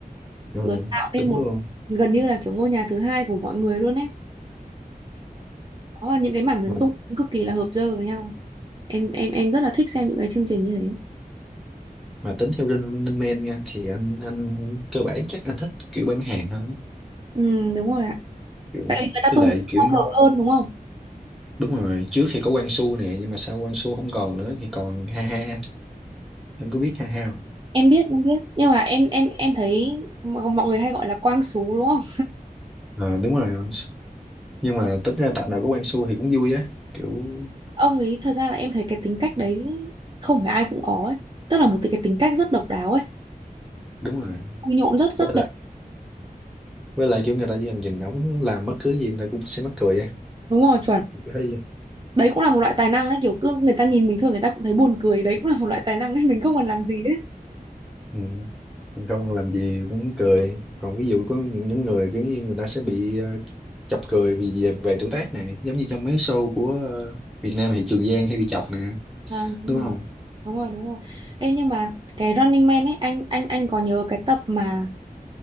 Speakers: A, in the centre; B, on the right (about 30°).
A: ừ,
B: rồi tạo nên
A: đúng
B: một
A: luôn
B: gần như là kiểu ngôi nhà thứ hai của mọi người luôn ấy đó là những cái mảng miếng
A: ừ.
B: tung cực kỳ là hợp dơ với nhau em em em rất là thích xem những cái chương trình như thế
A: mà tính theo Linh Linh Men nha thì anh anh cơ bản chắc anh thích kiểu bán hàng hơn
B: ừ đúng rồi ạ
A: kiểu
B: tại vì người ta
A: với
B: tung
A: lại
B: hợp
A: kiểu
B: hơn đúng không
A: đúng rồi trước thì có Quang Su nè nhưng mà sau Quang Su không còn nữa thì còn Ha Ha em có biết Ha Ha không
B: em biết em biết nhưng mà em em em thấy mọi mọi người hay gọi là quang sú đúng không
A: Ờ, đúng rồi Quang Su. nhưng mà tính ra tập nào có Quang Su thì cũng vui á kiểu
B: ông ấy thật ra là em thấy cái tính cách đấy không phải ai cũng có ấy tức là một cái tính cách rất độc đáo ấy
A: đúng rồi
B: vui nhộn rất rất
A: với
B: độc
A: lại với lại kiểu người ta chỉ cần nhìn ổng làm bất cứ gì người ta cũng sẽ mắc cười á
B: đúng rồi chuẩn
A: thấy
B: đấy cũng là một loại tài năng đấy kiểu cứ người ta nhìn bình thường người ta cũng thấy buồn cười đấy cũng là một loại tài năng ấy <laughs> mình không cần làm gì đấy
A: ừ. mình không làm gì cũng cười còn ví dụ có những người giống như người ta sẽ bị ờ, chọc cười vì về, về tuổi tác này giống như trong mấy show của ờ, Việt Nam thì Trường Giang hay bị chọc nè
B: à, đúng
A: đúng
B: rồi
A: không
B: đúng rồi đúng rồi Ê, nhưng mà cái Running Man ấy anh anh anh có nhớ cái tập mà